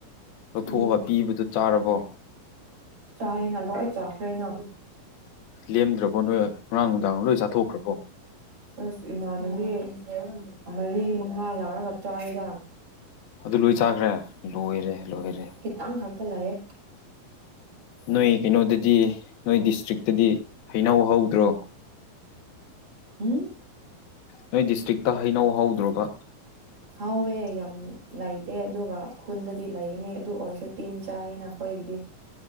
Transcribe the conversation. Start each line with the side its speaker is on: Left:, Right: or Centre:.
Left: ꯂꯧꯊꯣꯛꯑꯒ
Right: ꯎꯝ
Left: ꯄꯤꯕꯗꯨꯣ ꯆꯥꯔꯕꯣ
Right: ꯆꯥꯦꯅ ꯂꯣꯏ ꯆꯥꯈ꯭ꯔꯦꯅ
Left: ꯂꯦꯝꯗ꯭ꯔꯕꯣ ꯅꯣꯏ ꯉꯔꯥꯡ ꯅꯨꯡꯗꯥꯡ ꯂꯣꯏ ꯆꯥꯊꯣꯛꯈ꯭ꯔꯕꯣ
Right: ꯑꯁ ꯏꯃꯥꯟꯅꯕꯤ ꯃꯔꯤ ꯃꯉꯥ ꯂꯧꯥꯎꯔꯒ ꯆꯥꯔꯤꯗ
Left: ꯑꯗꯨ ꯂꯣꯏ ꯆꯥꯈ꯭ꯔꯦ ꯂꯣꯏꯔꯦ ꯂꯣꯏꯔꯦ
Right: ꯈꯤꯇꯪ ꯈꯛꯇ ꯂꯩꯌꯦ
Left: ꯅꯣꯏ ꯀꯩꯅꯣꯗꯗꯤ ꯅꯣꯏ ꯗꯤꯁꯇ꯭ꯔꯤꯛꯇꯗꯤ ꯍꯩꯅꯧꯍꯧꯗ꯭ꯔꯣ
Right: ꯎꯝ
Left: ꯅꯣꯏ ꯗꯤꯁꯇ꯭ꯔꯤꯛꯇ ꯍꯩꯅꯧ ꯍꯧꯗ꯭ꯔꯕ
Right: ꯍꯥꯎꯋꯦ ꯌꯥꯝ ꯂꯩꯇꯦ ꯑꯗꯨꯒ ꯈꯨꯟꯗꯗꯤ ꯂꯩꯒꯅꯤ ꯑꯗꯨ ꯑꯣꯏꯔꯁꯨ ꯇꯤꯟ ꯆꯥꯌꯦꯦꯅ ꯑꯩꯈꯣꯏꯒꯤꯗꯤ